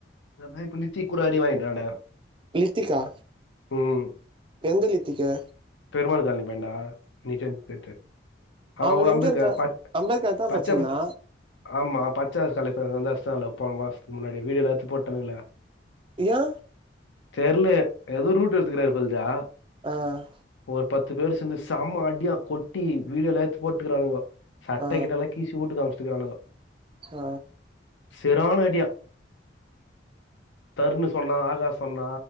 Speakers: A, on the left (about 85°); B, on the right (about 25°).
A: அதா இப்ப நித்தி கூட அடி வாங்கிட்டு வராண்டா
B: லித்திக்கா
A: ம்
B: எந்த லித்திக்க
A: பெருமாள் கால்னி பையன்டா நிஜன் சொல்லிட்டு அவங்கூடோ
B: அவ
A: அன்பிவெச்சிருக்காரு
B: எம் ஜி ஆர் கா
A: பச்
B: அம்பேத்கர் தா
A: பச்சயபா
B: பச்சிருந்தா
A: ஆமா பச்சயபாஸ் கலேஸ் <unintelligible> அஸ்டாங்கலே போன மாசத்துக்கு முன்னாடி வீடியோல்லா எத்து போட்டானுங்களே
B: யா
A: தெர்ல ஏதோ ரூட் எடுத்துக்கிறாரு பொழுதே
B: ஆஹ்
A: ஒரு பத்து பேர் சேந்து செம அடியா கொட்டி வீடியோல எட்த்து போட்டுகிறானுங்கோ சட்ட
B: ஆ
A: கிட்ட எல்லா கீசி ஊட்டுக்கு அம்ச்சிக்கிறானுங்கோ
B: ஆ
A: செரான அடியா தருன்னு சொன்னா ஆகாஸ் சொன்னா